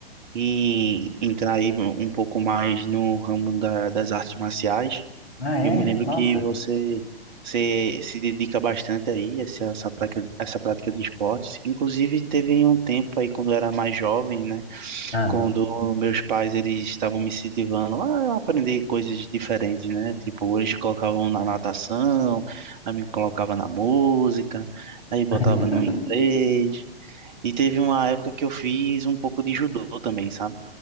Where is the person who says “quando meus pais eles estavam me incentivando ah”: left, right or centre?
Right